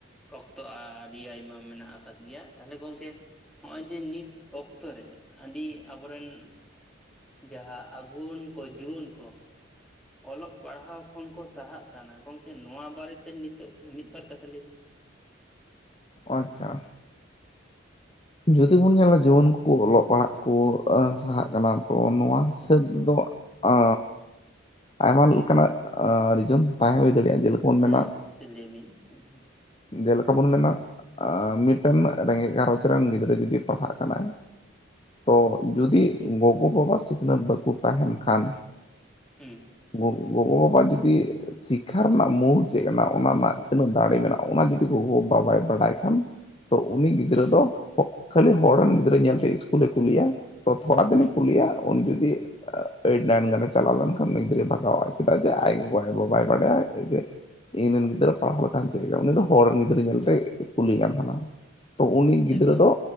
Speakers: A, in the centre; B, on the left.
A: ᱚᱠᱛᱚ ᱟᱹᱰᱤ ᱟᱭᱢᱟ ᱢᱮᱱᱟᱜ ᱟᱠᱟᱫ ᱜᱮᱭᱟ ᱛᱟᱦᱚᱞᱮ ᱜᱚᱢᱠᱮ ᱱᱚᱜᱼᱚᱭ ᱡᱮ ᱱᱤᱛ ᱚᱠᱛᱚᱨ ᱨᱮᱱ ᱟᱹᱰᱤ ᱟᱵᱚᱨᱮᱱ ᱡᱟᱦᱟᱸ ᱟᱹᱜᱩᱱ ᱠᱚ ᱡᱩᱣᱟᱹᱱ ᱠᱚ ᱚᱞᱚᱜ ᱯᱟᱲᱦᱟᱣ ᱠᱷᱚᱱ ᱠᱚ ᱥᱟᱦᱟᱜ ᱠᱟᱱᱟ ᱜᱚᱢᱠᱮ ᱱᱚᱣᱟ ᱵᱟᱨᱮᱛᱮ ᱱᱤᱛᱚᱜ ᱢᱤᱫᱵᱟᱨ ᱠᱟᱛᱷᱟ ᱞᱟᱹᱭᱵᱤᱱ
B: ᱟᱪᱷᱟ ᱡᱩᱫᱤ ᱵᱚᱱ ᱧᱮᱞᱟ ᱡᱩᱣᱟᱹᱱ ᱠᱚᱠᱚ ᱚᱞᱚᱜ ᱯᱟᱲᱦᱟᱜ ᱠᱚ ᱥᱟᱦᱟᱜ ᱠᱟᱱᱟ ᱛᱚ ᱱᱚᱣᱟ ᱦᱤᱥᱟᱹᱵ ᱫᱚ ᱚ ᱟᱭᱢᱟ ᱞᱮᱠᱟᱱᱟᱜ ᱨᱤᱡᱚᱱ ᱛᱟᱦᱮᱸ ᱦᱩᱭ ᱫᱟᱲᱮᱭᱟᱜᱼᱟ ᱡᱮᱞᱮᱠᱟ ᱵᱚᱱ
A: ᱦᱮᱸ
B: ᱢᱮᱱᱟ
A: ᱚᱵᱚᱥ ᱥᱚᱭ ᱞᱟᱹᱭ ᱵᱤᱱ ᱦᱮᱸ
B: ᱡᱮᱞᱮᱠᱟ ᱵᱚᱱ ᱢᱮᱱᱟ ᱢᱤᱫᱴᱮᱱ ᱨᱮᱸᱜᱮᱡ ᱜᱷᱟᱨᱚᱸᱧᱡᱽ ᱨᱮᱱ ᱜᱤᱫᱽᱨᱟᱹ ᱡᱚᱫᱤ ᱯᱟᱲᱦᱟᱜ ᱠᱟᱱᱟᱭ ᱛᱚ ᱡᱩᱫᱤ ᱜᱚᱜᱚ ᱵᱟᱵᱟ ᱥᱤᱠᱷᱱᱟᱹᱛ ᱵᱟᱠᱚ ᱛᱟᱦᱮᱱ ᱠᱷᱟᱱ
A: ᱦᱮᱸ
B: ᱜᱚ ᱜᱚᱜᱚᱵᱟᱵᱟ ᱡᱩᱫᱤ ᱥᱤᱠᱷᱟ ᱨᱮᱱᱟᱜ ᱢᱩᱞ ᱪᱮᱫ ᱠᱟᱱᱟ ᱚᱱᱟ ᱨᱮᱱᱟᱜ ᱛᱤᱱᱟᱹᱜ ᱫᱟᱲᱮ ᱢᱮᱱᱟᱜᱼᱟ ᱚᱱᱟ ᱡᱩᱫᱤ ᱜᱚᱜᱚᱵᱟᱵᱟᱭ ᱵᱟᱰᱟᱭ ᱠᱷᱟᱱ ᱛᱚ ᱩᱱᱤ ᱜᱤᱫᱽᱨᱟᱹ
A: ᱦᱩᱸ
B: ᱫᱚ ᱠᱷᱟᱹᱞᱤ ᱦᱚᱲ ᱨᱤᱱ ᱜᱤᱫᱽᱨᱟᱹ ᱧᱮᱞᱛᱮ ᱤᱥᱠᱩᱞᱮ ᱠᱩᱞᱤᱭᱟ ᱛᱚ ᱛᱷᱚᱲᱟ ᱫᱤᱱᱮ
A: ᱦᱩᱸ
B: ᱠᱩᱞᱤᱭᱟ ᱩᱱᱤ ᱡᱩᱫᱤ ᱮᱭᱤᱴ ᱱᱟᱭᱤᱱ ᱜᱟᱱᱮ ᱪᱟᱞᱟᱣ ᱞᱮᱱᱠᱷᱟᱱ ᱩᱱᱤ ᱜᱤᱫᱽᱨᱟᱹᱭ ᱵᱟᱜᱟᱣᱼᱟᱭ ᱪᱮᱫᱟᱜ ᱡᱮ ᱟᱡ ᱜᱚᱜᱚ ᱟᱡ ᱵᱟᱵᱟᱭ ᱵᱟᱲᱟᱭᱟ ᱡ ᱤᱧ ᱨᱮᱱ ᱜᱤᱫᱽᱨᱟᱹ ᱯᱟᱲᱦᱟᱣ ᱞᱮᱠᱷᱟᱱ ᱪᱮᱫ ᱦᱩᱭᱩᱜᱼᱟ ᱩᱱᱤ ᱫᱚ ᱦᱚᱲ ᱨᱮᱱ ᱜᱤᱫᱽᱨᱟᱹ ᱧᱮᱞᱛᱮ ᱠᱩᱞᱤᱭᱮ ᱠᱟᱱᱟ ᱛᱚ ᱩᱱᱤ ᱜᱤᱫᱽᱨᱟᱹ
A: ᱮᱠᱫᱚᱢ
B: ᱫᱚ